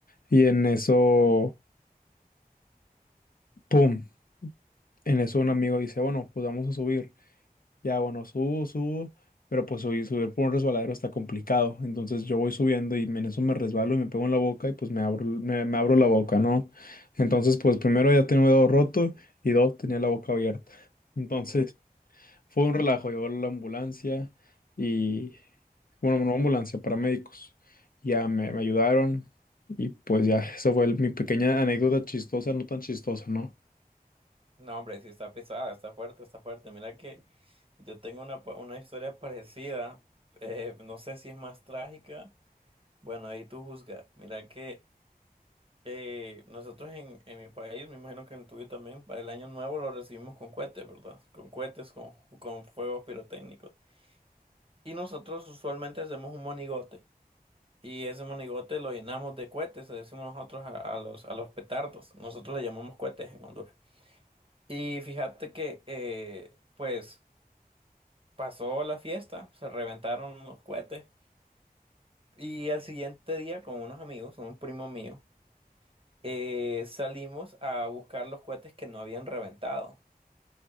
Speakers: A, on the left; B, on the right.
A: Y en eso, ¡pum! En eso un amigo dice, bueno, pues vamos a subir. Ya, bueno, subo, subo, pero pues subir, subir por un resbaladero está complicado. Entonces yo voy subiendo y en eso me resbalo y me pego en la boca y pues me abro, me, me abro la boca, ¿no? Entonces, pues primero ya tenía un dedo roto y dos, tenía la boca abierta. Entonces, Fue un relajo, llegó la ambulancia y, bueno, no ambulancia, paramédicos. Ya me, me ayudaron y pues ya, esa fue el- mi pequeña anécdota chistosa, no tan chistosa, ¿no?
B: No, hombre, sí está pesada, está fuerte, está fuerte. Mira que yo tengo una, pa- una historia parecida, eh, no sé si es más trágica. Bueno, ahí tú juzgas. Mira que eh, nosotros en, en mi país, me imagino que en el tuyo también, para el año nuevo lo recibimos con cohetes, ¿verdad? Con cohetes, con, con fuegos pirotécnicos. Y nosotros usualmente hacemos un monigote. Y ese monigote lo llenamos de cohetes, le decimos nosotros a, a los, a los petardos. Nosotros le llamamos cohetes en Honduras. Y fíjate que, eh, pues, pasó la fiesta, se reventaron los cohetes. Y al siguiente día, con unos amigos, un primo mío. eh, salimos a buscar los cohetes que no habían reventado.